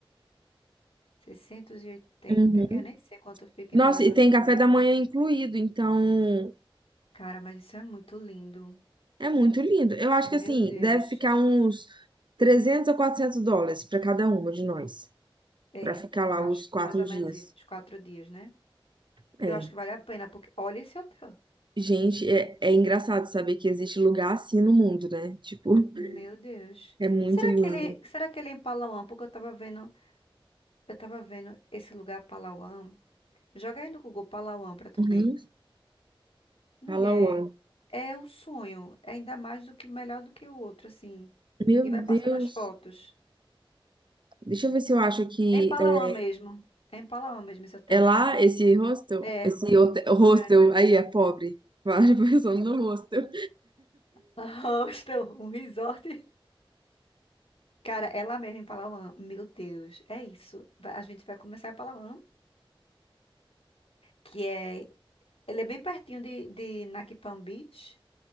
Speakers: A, on the left; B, on the right.
A: seiscentos e oitenta
B: Uhum.
A: Eu nem sei quanto fica
B: Nossa,
A: em dólares
B: e
A: australianos.
B: tem café da manhã incluído, então.
A: Cara, mas isso é muito lindo.
B: É muito lindo. Eu acho
A: Meu
B: que assim,
A: Deus.
B: deve ficar uns 300 a 400 dólares para cada uma de nós,
A: É,
B: para ficar lá
A: eu acho
B: os
A: que
B: quatro
A: mais ou
B: dias.
A: menos isso, os quatro dias, né?
B: É.
A: Eu acho que vale a pena, porque olha esse hotel.
B: Gente, é, é engraçado saber que existe lugar assim no mundo, né? Tipo, <laughs>
A: Meu Deus.
B: é muito
A: Será
B: lindo.
A: que ele, será que ele é em Palawan? Porque eu tava vendo, eu tava vendo esse lugar Palawan. Joga aí no Google Palawan pra tu
B: Uhum.
A: ver. Mulher,
B: Palawan.
A: é o sonho. É ainda mais do que melhor do que o outro, assim.
B: Meu
A: E vai passando
B: Deus.
A: as fotos.
B: Deixa eu ver se eu acho que
A: É em Palawan
B: é,
A: mesmo. É em Palawan mesmo esse hotel.
B: é lá esse hostel,
A: É,
B: esse hotel, hostel
A: tô vendo aqui.
B: aí é pobre. Várias <laughs> pessoas no hostel.
A: <laughs> Hostel, um resort. Cara, é lá mesmo em Palawan. Meu Deus, é isso. Vai- A gente vai começar em Palawan, que é. Ele é bem pertinho de, de Naki Palm Beach.